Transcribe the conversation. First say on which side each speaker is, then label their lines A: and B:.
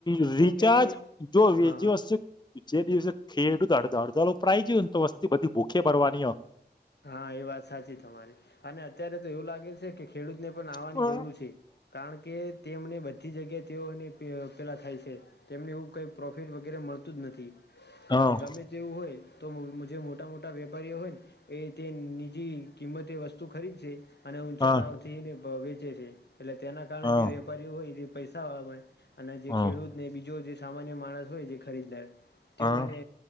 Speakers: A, on the left; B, on the left.
A: રિચાર્જ
B: કે
A: જો બીજી
B: હા હા
A: જે દિવસે ખેડૂત અડધ અડધા પ્રરાય જોય ને તો વસ્તી બધી ભૂખે ભરવાની હો.
B: હા એ વાત સાચી તમારી, અને અત્યારે તો એવું લાગે છે કે ખેડૂત ને આવવાની
A: હ
B: જરૂર છે, કારણ કે તેમને બધી જગ્યા તેઓને પેલા થાય છે, તેમને એવું કઈ પ્રોફિટ વગેરે મળતું જ નથી,
A: હા
B: ગમે જેવું હોય, તો જે મોટા મોટા વેપારીઓ હોય ને એ તે નીજી કિંમતે વસ્તુ ખરીદશે, અને ઊંચા
A: હા
B: દામ થીને વેચે છે, એટલે તેના કારણે
A: હા
B: જે વેપારીઓ હોય એ પૈસા વાળા અને જે
A: હા
B: ખેડૂતને બીજો જે સામાન્ય માણસ હોય જે ખરીદનાર, તેઓને
A: હા